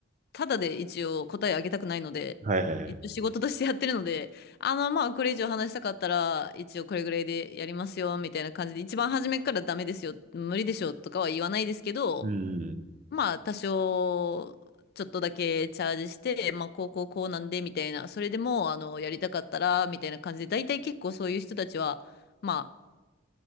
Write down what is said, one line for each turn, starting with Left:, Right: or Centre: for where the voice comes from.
Left: ただで一応答えあげたくないので、
Right: はいはいはい。
Left: 一応仕事としてやってるので、あの、まあ、これ以上話したかったら、一応これぐらいでやりますよ、みたいな感じで、一番初めからダメですよ、無理でしょ、とかは言わないですけど、
Right: うん。
Left: まあ、多少、ちょっとだけチャージして、まあ、こうこうこうなんで、みたいな、それでも、あの、やりたかったら、みたいな感じで、大体結構そういう人たちは、まあ、